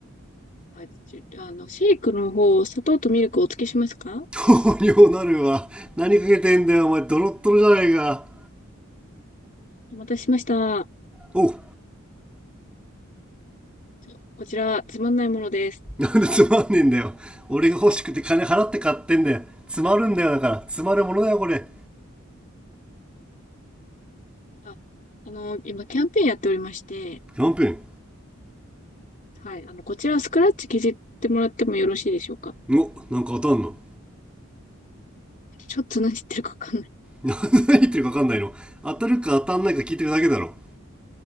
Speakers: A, on the left; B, in the centre.
A: あ、ちあの、シェイクの方、砂糖とミルクをお付けしますか
B: 糖尿なるわ。何かけてんだよ、お前。ドロッドロじゃねえか。
A: お待たせしました。
B: おう。
A: ちょこちら、つまんないものです。
B: なんでつまんねえんだよ。俺が欲しくて金払って買ってんだよ。詰まるんだよ、だから。詰まるものだよ、これ。
A: あ、あの、今キャンペーンやっておりまして、
B: キャンペーン。
A: はい。あの、こちらはスクラッチ削ってもらってもよろしいでしょうか
B: お、なんか当たんの。
A: ちょっと何言ってるかわかんない。
B: 何言ってるか分かんないの。当たるか当たんないか聞いてるだけだろ。